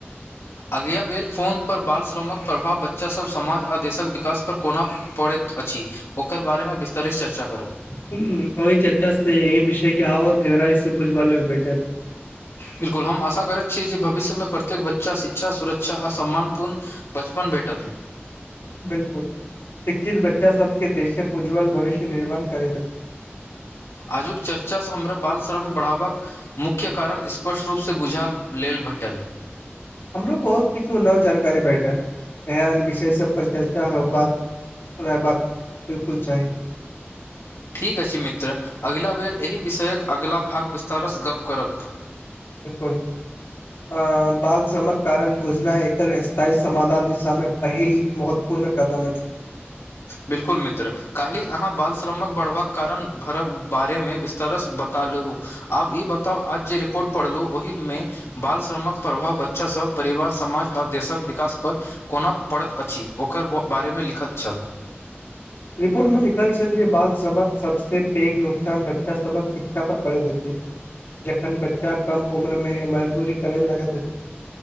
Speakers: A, on the left (about 85°); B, on the left (about 65°).
A: अगिया बेर फोन पर बाल श्रमक प्रभाव बच्चासभ समाज आ देशक विकासपर कोना पड़ैत अछि ओकर बारेमे विस्तारित चर्चा करब
B: हू वहि चर्चा से यह विषय के आओर गहराई से पुछबा लेल भेटैत
A: बिल्कुल हम आशा करैत छी जे भविष्यमे प्रत्येक बच्चा शिक्षा सुरक्षा आर सम्मानपूर्ण बचपन भेटल
B: बिल्कुल शिक्षित बच्चा सबके देशक उज्ज्वल भविष्य निर्माण करै छथि
A: आजुक चर्चासँ हमरा बाल श्रम बढ़ावबक मुख्य कारण स्पष्ट रूपसँ बुझा लेल भेटैल
B: हमरो बहुत किछु नव जानकारी भेटल एहन विषय सब पर चर्चा होबाक रहबाक बिल्कुल चाही
A: ठीक अछि मित्र अगिला बेर एहि विषयक अगिला भाग विस्तारसँ गप्प करब
B: बिलकुल अ बाल श्रमक कारण बुझना एकर स्थायी समाधान दिशामे पहिल महत्वपूर्ण कदम अछि
A: बिलकुल मित्र काल्हि अहाँ बालश्रमक बढ़बाक कारण भरक बारेमे विस्तारेसँ बता लहु आब ई बताउ आज जे रिपोर्ट पढ़लहुँ ओहिमे बाल श्रमक प्रभाव बच्चा सब परिवार समाज आ देशक विकास पर कोना परत अछि ओकर बारेमे लिखत छल
B: रिपोर्ट मे लिखल छल जे बाल सभक सब से पैघ नुकसान बच्चा सबक शिक्षा पर पड़ैत अछि जेखन बच्चा कम उम्र मे मजदूरी करे लागे अछि